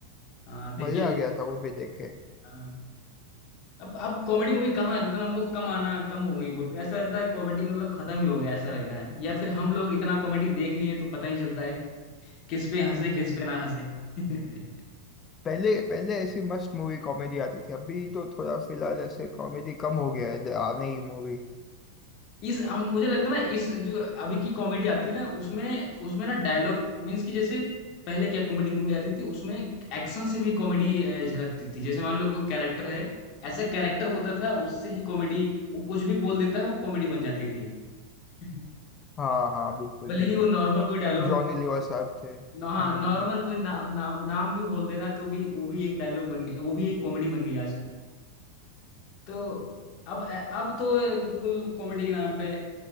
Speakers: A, on the left; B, on the left.
A: हाँ देखिए
B: मजा आ गया था वो भी देख के
A: हाँ। अब अब कॉमेडी मूवी कहाँ कितना बहुत कम आना कम हो गई बोल के ऐसा लगता है कॉमेडी मतलब खत्म ही हो गया ऐसा लग रहा है या फिर हम लोग इतना कॉमेडी देख लिए तो पता ही चलता है किस पे हंसे
B: हम्म।
A: किस पे ना हंसे <laughs>
B: पहले पहले ऐसी मस्त मूवी कॉमेडी आती थी अभी तो थोड़ा फिलहाल ऐसे कॉमेडी कम हो गया है द- आ नहीं मूवी
A: इस हम मुझे लगता है ना इस जो अभी की कॉमेडी आती है ना उसमें उसमें ना डायलॉग मीन्स कि जैसे पहले क्या कॉमेडी मूवी आती थी उसमें एक्शन से भी कॉमेडी झलकती थी जैसे मान लो कोई कैरेक्टर है ऐसा कैरेक्टर होता था उससे ही कॉमेडी वो कुछ भी बोल देता है वो कॉमेडी बन जाती थी <laughs>
B: हाँ हाँ बिल्कुल
A: भले
B: बिल्कुल
A: ही वो नॉर्मल कोई डायलॉग
B: जॉनी लीवर साहब थे हम्म
A: हाँ नॉर्मल कोई नाम नाम नाम भी बोल देना तो भी वो भी एक डायलॉग बन गया वो भी एक कॉमेडी बन गई आज तो अब अब तो बिल्कुल कॉमेडी के नाम पे